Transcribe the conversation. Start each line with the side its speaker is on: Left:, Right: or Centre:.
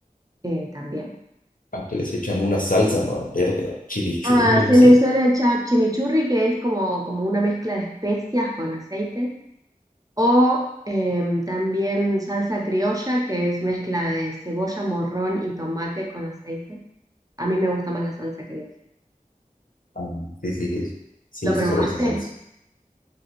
Right: eh, también.
Left: aunque les echan una salsa, ¿no? Verde, ¿no? Chimichurri
Right: Ah,
Left: o algo
Right: se
Left: así.
Right: le suele echar chimichurri, que es como, como una mezcla de especias con aceite. O em, también salsa criolla, que es mezcla de cebolla, morrón y tomate con aceite. A mí me gusta más la salsa criolla.
Left: Ah, sí, sí, sí, sí
Right: ¿Lo
Left: he visto
Right: probaste?
Left: sobre esa salsa.